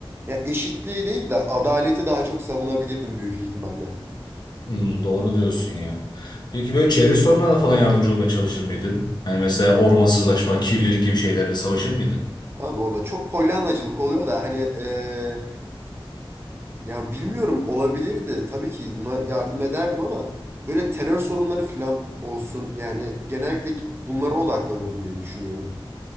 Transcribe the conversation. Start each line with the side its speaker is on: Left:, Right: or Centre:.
Right: Ya eşitliği değil de adaleti daha çok savunabilirdim büyük ihtimalle.
Left: Hmm, doğru diyorsun ya. Peki böyle çevre sorunlarına falan yardımcı olmaya çalışır mıydın? Hani mesela ormansızlaşma, kirlilik gibi şeylerle savaşır mıydın?
Right: Abi o da çok polyanacılık oluyor da hani eee yani bilmiyorum olabilirdi. Tabii ki buna yardım ederdim ama böyle terör sorunları falan olsun. Yani genellikle bunlara odaklanırdım diye düşünüyorum.